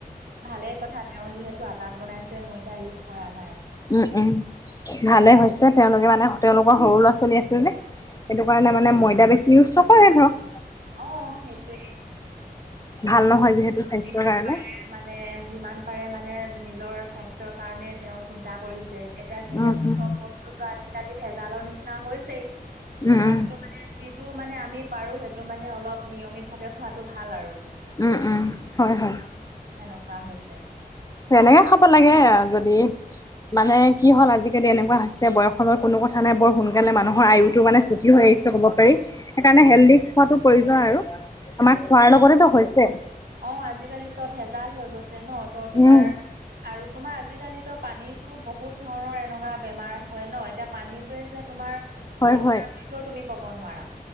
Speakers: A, on the right; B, on the left.
A: ভালেই কথা তেওঁ যিহেতু আটাত বনাইছে ময়দা ইউজ কৰা নাই।
B: উম উম!
A: অ',
B: ভালে। হৈছে তেওঁলোকে মানে তেওঁলোকৰ সৰু ল'ৰা-ছোৱালী আছে যে, সেইটো কাৰণে মানে ময়দা বেছি ইউজ নকৰে ধৰক।
A: অঁ! সেইটোৱেই।
B: ভাল নহয় যিহেতু স্বাস্থ্যৰ
A: যিমান
B: কাৰণে।
A: পাৰে মানে যিমান পাৰে মানে নিজৰ স্বাস্থ্যৰ কাৰণে তেওঁ চিন্তা কৰিছে। এতিয়া যিহেতু
B: উম উম
A: চব বস্তুতো আজিকালি ভেজালৰ নিচিনা হৈছেই।
B: উম
A: তথাপিতো
B: উম
A: মানে যিটো মানে আমি পাৰোঁ সেইটো মানে অলপ নিয়মিতভাৱে খোৱাটো ভাল আৰু।
B: উম-উম, হয়-হয়।
A: অঁ! সেনেকুৱা হৈছে।
B: তেনেকে খাব লাগে যদি মানে কি হ'ল আজিকালি এনেকুৱা হৈছে বয়সৰ কোনো কথা নাই বৰ সোনকালে মানুহৰ আয়ুতো মানে চুটি হৈ আহিছে ক'ব পাৰি সেইকাৰণে হেল্ডি খোৱাটো প্ৰয়োজন আৰু। আমাৰ খোৱাৰ লগতেটো হৈছে।
A: অঁ! আজিকালি চব ভেজাল হৈ গৈছে ন, ত' তোমাৰ
B: উম
A: আৰু তোমাৰ আজিকালিতো পানীতো বহুত ধৰণৰ এনেকুৱা বেমাৰ হয় ন, এতিয়া পানীটোৱেই যে তোমাৰ
B: হয়
A: পৰিষ্কাৰ
B: হয়
A: বুলিও তুমি ক'ব নোৱাৰা।